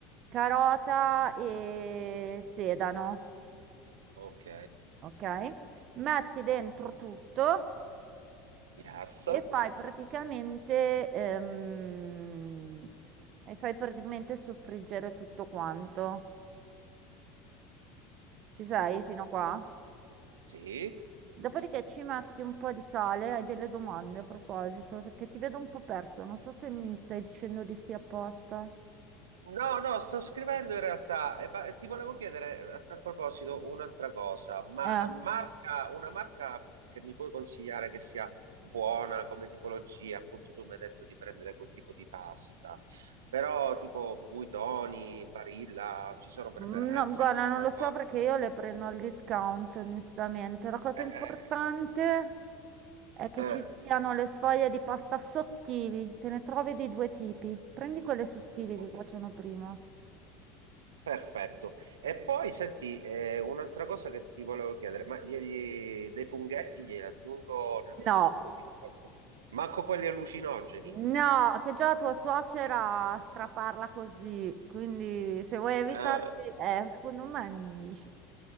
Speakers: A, on the right; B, on the right.
A: carota e sedano,
B: ok,
A: ok? Metti dentro tutto
B: yes,
A: e fai praticamente, ehm, e fai praticamente soffriggere tutto quanto. Ci sei fino a qua?
B: sì.
A: Dopodiché ci metti un po' di sale, hai delle domande a proposito, perché ti vedo un po' perso, non so se mi stai dicendo di sì apposta.
B: No, no, sto scrivendo in realtà, e ba- e ti volevo chiedere eh, a tal proposito un'altra cosa, ma
A: Eh,
B: marca, una marca che mi puoi consigliare che sia buona come tipologia, appunto tu mi hai detto di prendere quel tipo di pasta, però tipo Buitoni, Barilla, ci sono preferenze,
A: Mm, No, guarda,
B: cambia
A: non
B: qualcosa?
A: lo so perché io le prendo al discount, onestamente. La cosa
B: Eh,
A: importante è che
B: eh, eh,
A: ci siano le sfoglie di pasta sottili, te ne trovi di due tipi. Prendi quelle sottili
B: ok.
A: che cuociono prima.
B: Perfetto. E poi senti, eh, un'altra cosa che ti volevo chiedere, ma ieri dei funghetti glieli aggiungo nel, nel
A: No,
B: sugo tipo qualche... Manco quelli allucinogeni.
A: No, che già tua suocera
B: <laughs>
A: straparla così, quindi se vuoi evitarti,
B: Ah,
A: eh, secondo me è meglio.